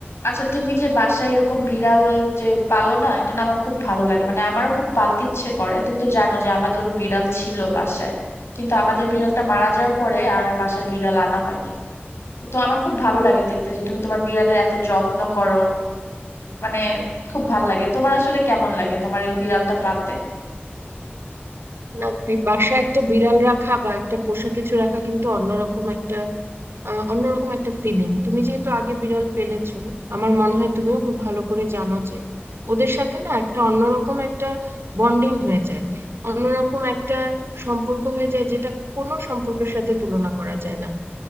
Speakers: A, on the left (about 80°); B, on the right (about 75°).
A: আচ্ছা তুমি যে বাসায় এরকম বিড়াল যে পালো না এটা না আমার খুব ভালো লাগে মানে আমারও খুব পালতে ইচ্ছে করে তুমি তো জানো যে আমাদেরও বিড়াল ছিল বাসায় কিন্তু আমাদের বিড়ালটা মারা যাওয়ার পরে আর বাসায় বিড়াল আনা হয়নি তো আমার খুব ভালো লাগে দেখতে যে তুমি তোমার বিড়ালের এত যত্ন করো মানে খুব ভালো লাগে তোমার আসলে কেমন লাগে তোমার এই বিড়ালটা পালতে
B: না বি- বাসায় একটা বিড়াল রাখা বা একটা পোষা কিছু রাখা কিন্তু অন্যরকম একটা আহ, অন্যরকম একটা ফিলিং তুমি যেহেতু আগে বিড়াল পেলেছো আমার মনে হয় তুমিও খুব ভালো করে জানো যে ওদের সাথে না একটা অন্যরকম একটা বন্ডিং হয়ে যায় অন্যরকম একটা সম্পর্ক হয়ে যায় যেটা কোনো সম্পর্কের সাথে তুলনা করা যায় না